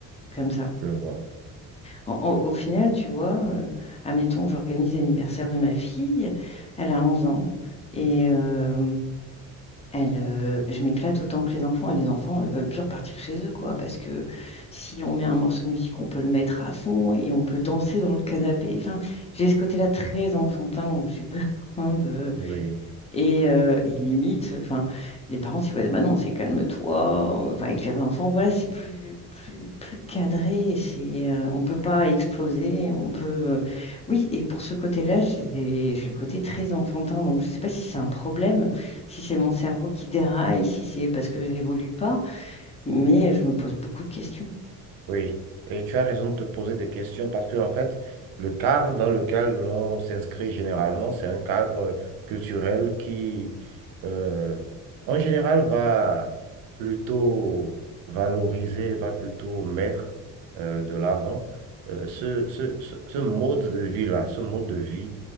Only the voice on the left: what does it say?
comme ça.
En- en- au final, tu vois, euh, admettons, j'organise l'anniversaire de ma fille, elle a 11 ans, et euh, elle, euh, je m'éclate autant que les enfants, et les enfants ne veulent plus repartir chez eux, quoi, parce que si on met un morceau de musique, on peut le mettre à fond et on peut danser dans le canapé. Enfin, j'ai ce côté-là très enfantin où j'ai <laughs> besoin de,
et, euh, et limite, enfin, les parents, ils voient, bah non, c'est calme-toi. euh, Enfin, avec les enfants, voilà, c'est plus, plus, plus cadré. C'est, euh, on peut pas exploser. On peut, euh, oui. Et pour ce côté-là, j'ai des- j'ai le côté très enfantin. Donc, je sais pas si c'est un problème, si c'est mon cerveau qui déraille, si c'est parce que j'évolue pas. Mais je me pose beaucoup de questions.